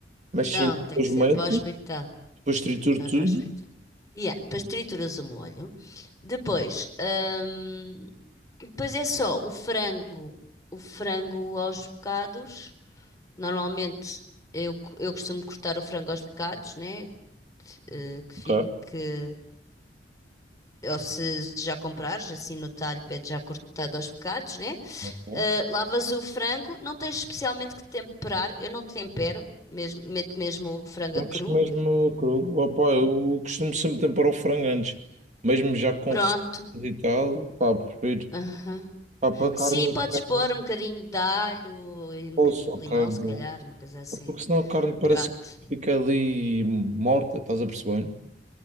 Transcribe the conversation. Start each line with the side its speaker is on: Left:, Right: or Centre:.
Right: Mas
Left: Não,
Right: sim,
Left: tem
Right: depois
Left: que ser
Right: meto,
Left: para o hospital.
Right: depois trituro
Left: Só
Right: tudo.
Left: no hospital. E ah, depois trituras o molho. Depois, hum, depois é só o frango, o frango aos bocados. Normalmente eu, co- eu costumo cortar o frango aos bocados, né? Eh, que fique,
Right: Ok.
Left: ou se já comprares, assim no talho, pede já cortado aos bocados, né?
Right: ok.
Left: Uh, lavas o frango, não tens especialmente que temperar. Eu não tempero, mesmo, meto mesmo o frango
Right: Mas
Left: a cru.
Right: mesmo cru. Opa, eu costumo sempre temperar o frango antes. Mesmo já com
Left: Pronto.
Right: receitas e tal, pá, prefiro.
Left: Aham.
Right: Pá, para
Left: Sim,
Right: a carne não
Left: podes
Right: ficar
Left: pôr um bocadinho de alho e um
Right: posso,
Left: bocadinho
Right: ok.
Left: de limão, se
Right: bom.
Left: calhar, uma coisa assim.
Right: É Porque senão a carne parece
Left: Pronto.
Right: que fica ali morta, estás a perceber?